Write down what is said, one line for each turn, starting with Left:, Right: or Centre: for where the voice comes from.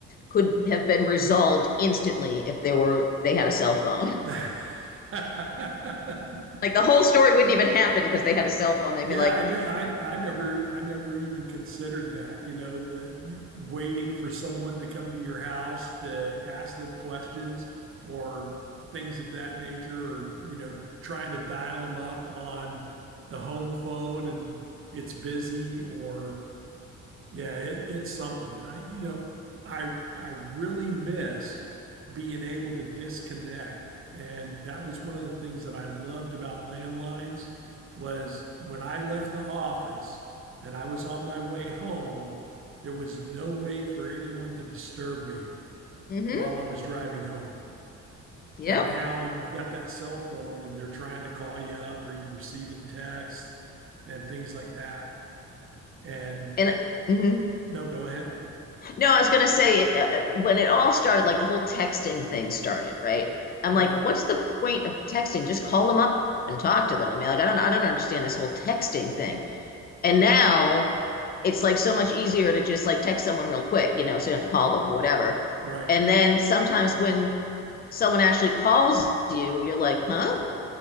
Left: could have been resolved instantly if they were, they had a cell phone?
Right: that.
Left: <laughs>
Right: <laughs>
Left: Like the whole story wouldn't even happen because they had a cell phone. They'd
Right: Yeah,
Left: be like,
Right: I did. I I never I never even considered that, you know, the y- waiting for someone to come to your house to ask them questions or things of that nature or, you know, trying to dial them up on the home phone and it's busy or yeah, it, it's something. I, you know, I I really miss being able to disconnect, and that was one of the things that I loved about landlines was when I left the office and I was on my way home, there was no way for anyone to disturb me
Left: mm-hmm,
Right: while I was driving home.
Left: yep.
Right: And now you've got that cell phone and they're trying to call you up or you're receiving texts and things like that. And
Left: And hmm
Right: no, go ahead.
Left: no, I was gonna say it uh, when it all started, like the whole texting thing started, right? I'm
Right: Right,
Left: like, what's the point of texting? Just call them up and talk to them. I mean, like, I don't, I don't understand this whole texting thing. And now it's like so much easier to just like text someone real quick, you know, so you don't have to call them or whatever.
Right: right.
Left: And then sometimes when someone actually calls you, you're like, huh?